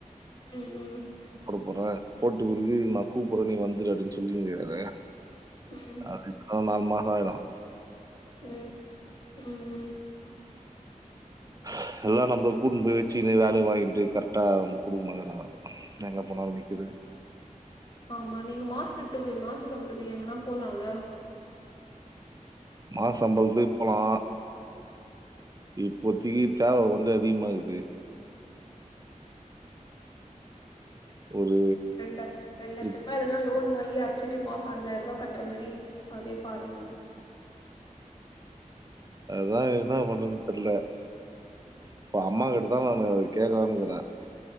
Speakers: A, on the left (about 30°); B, on the right (about 25°).
A: ம் ம்
B: போட போறே போட்டு ஒரு து நா கூப்புறே நீ வந்துரு அப்டின்னு சொல்லிருங்க்ராரு
A: ம்
B: அது இப்ப நாலு மாச ஆயிரு
A: ம் ம் ம்
B: ஆஹ <unintelligible> எல்லா நம்ப்ள கூட்னு போய் வெச்சுகுனு வேல வாங்கிட்டு கரெக்டா நம் கொடுக்க மாடேன்றாங்க எங்க போனாலு நிக்குது <inaudible>
A: ஆமா நீங்க மாசத்துக்கு மாச சம்பளதுக்கு எங்கன்னா போலால
B: மாசம்பலத்து போலா இப்போத்திக்கி தேவ வந்து அதிகமாகுது ஒரு
A: ரெண்ட ரெண் லட்ச
B: இப்
A: ரூபா எதனா லோனு மையி அச்சிட்டு மாச அஞ்சாயிரரூபா கட்டுற மாரி அப்டியே பாருங்க
B: அதா என்ன பண்றதுன் தெர்ல இப்ப அம்மா கிட்ட தா நானு அது கேக்கலான்னு இருந்தே